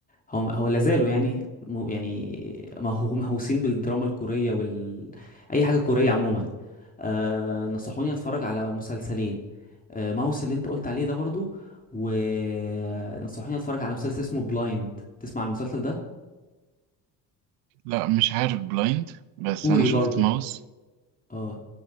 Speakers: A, on the left; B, on the right.
A: هو هو لا زالوا يعني مو- يعني مهو- مهووسين بالدراما الكورية وال اي حاجة كورية عموما آه نصحوني اتفرج على مسلسلين آه ماوس اللي انت قلت عليه ده برضو ونصحوني اتفرج على مسلسل اسمه بلايند تسمع عن المسلسل ده
B: لا مش عارف بلايند بس
A: كوري
B: انا شفت
A: برضو
B: ماوس
A: اه